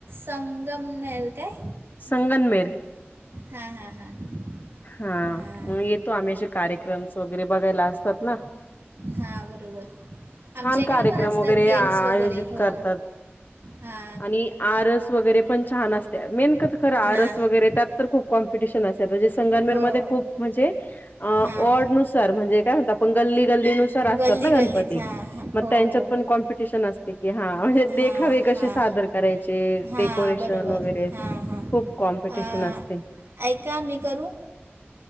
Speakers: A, on the right (about 65°); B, on the left (about 45°).
A: संगमनेर काय
B: संगनमेर
A: हां हां हां.
B: हा
A: हां
B: मग येतो आम्ही असे कार्यक्रमस वगैरे बघायला असतात ना.
A: हा बरोबर आमच्या
B: छान कार्यक्रम
A: इकडे पण असतात
B: वगैरे
A: गेम्स
B: आयोजित
A: वगैरे हो.
B: करतात
A: हा.
B: आणि आरस वगैरे पण छान असते मेन क खरं आरस
A: हां
B: वगैरे त्यात तर खूप कॉम्पिटिशन असते आता जे संगमेरमध्ये
A: हो
B: खूप म्हणजे. अ
A: हां
B: ऑडनुसार म्हणजे काय म्हणतो आपण गल्ली गल्ली नुसार. तर असतात
A: गल्ली
B: ना
A: गल्लीत
B: गणपती
A: हां हां
B: मग
A: हो
B: त्यांच्यात
A: हो
B: पण कॉम्पिटिशन असतेकी हा देखा
A: हां
B: देख
A: हां
B: असे सादर. करायचे
A: हां
B: डेकोरेशन
A: बरोबर
B: वगैरे
A: हां हां
B: खूप कॉम्पिटिशन
A: अं,
B: असते.
A: ऐका मी करू.